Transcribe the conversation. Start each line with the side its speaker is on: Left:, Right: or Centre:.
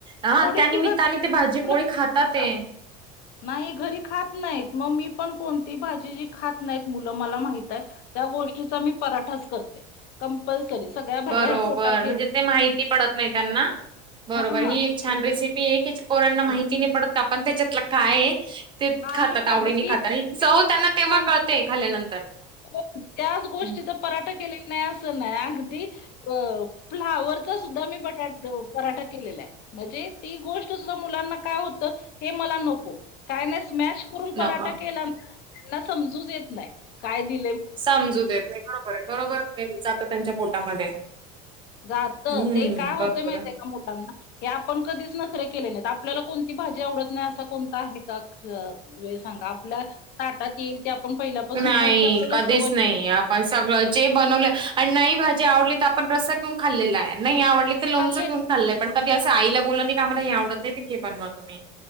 Right: हा
Left: थोडीशी
Right: त्यानिमित्ताने
Left: घरची
Right: ते भाजीपोळी
Left: मुलं खातात.
Right: खातातात ते.
Left: नाही घरी खात नाहीत मग मी पण कोणती भाजी जी खात नाहीत मुलं मला माहित आहे. त्या गोष्टीचा मी पराठाच करते, कंपल्सरी सगळ्या भाज्या
Right: बरोबर
Left: ह पोटात गे
Right: म्हणजे ते माहिती नाही त्यांना बरोबर
Left: हां,
Right: ही
Left: हां,
Right: छान रेसिपी आहे पोरांना माहिती
Left: हां.
Right: नाही पडत. का पण त्याच्यातलं काय आहे. ते
Left: नाही
Right: खातात आवडीने
Left: अगदी
Right: खातात
Left: मी
Right: आणि चव
Left: विचार
Right: त्यांना
Left: करणार
Right: तेव्हा कळतेय
Left: नाही
Right: खाल्ल्यानंतर.
Left: हो त्याच गोष्टीचा
Right: हम्म,
Left: पराठा केलेला नाही असं नाही अगदी अ फ्लावरचा सुद्धा मी बटा -पराठा केलेला आहे‌. म्हणजे ती गोष्ट सुद्धा मुलांना काय होत हे मला नक काय स्मॅश करून पराठा
Right: नको
Left: केला समजू येत नाही काय दि
Right: समजू देत नाही बरोबर आहे बरोबर जात त्यांच्या पोटामध्ये.
Left: जात
Right: हम्म
Left: ते काय
Right: बरोबर
Left: होते माहित आहे का मुलांना. हे आपण कधीच नखरे केले नाहीत आपल्याला कोणती भाजी आवडत नाही असा कोणता आहे का? वेळ सांगा आपल्या ताटात येईल ते आपण पहिल्यापासून
Right: नाही
Left: खायची आपल्याला
Right: कधीच
Left: सवयते
Right: नाही आपण सगळं जे बनवलं आणि नाही भाजी आवडली तर आपण रस्सा घेऊन खाल्लेला आहे नाही आवडली ते लोणचं
Left: खाल्ले
Right: घऊन खाल्लंय पण कधीं आला बोललं ना क काम्हाला हे आवत नाही हे बनवा तुम्ही.